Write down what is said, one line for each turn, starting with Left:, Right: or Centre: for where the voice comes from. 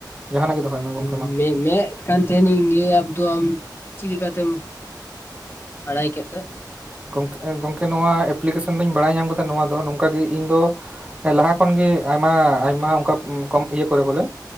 Right: ᱡᱟᱦᱟᱱᱟᱜ ᱜᱮ ᱫᱚᱦᱚᱭ ᱢᱮ᱾ ᱜᱚᱝᱠᱮ
Left: ᱤᱧ
Right: ᱢᱟ
Left: ᱢᱮ ᱢᱮᱜ ᱠᱟᱱ ᱛᱟᱦᱮᱱᱤᱧ ᱱᱤᱭᱟᱹ ᱮᱯ ᱫᱚ ᱟᱢ ᱪᱮᱫ ᱞᱮᱠᱟᱛᱮᱢ ᱵᱟᱲᱟᱭ ᱠᱮᱫ ᱛᱮ?
Right: ᱜᱚᱝᱠᱮ ᱜᱚᱝᱠᱮ ᱱᱚᱣᱟ ᱮᱯᱞᱤᱠᱮᱥᱚᱱ ᱫᱚᱧ ᱵᱟᱲᱟᱭ ᱧᱟᱢ ᱠᱮᱫᱟ ᱱᱚᱣᱟ ᱫᱚ ᱱᱚᱝᱠᱟ ᱜᱮ ᱤᱧ ᱫᱚ ᱞᱟᱦᱟ ᱠᱷᱚᱱ ᱜᱮ ᱟᱭᱢᱟ ᱟᱭᱢᱟ ᱚᱱᱠᱟ ᱠᱚᱢ ᱤᱭᱟᱹ ᱠᱚᱨᱮ ᱵᱚᱞᱮ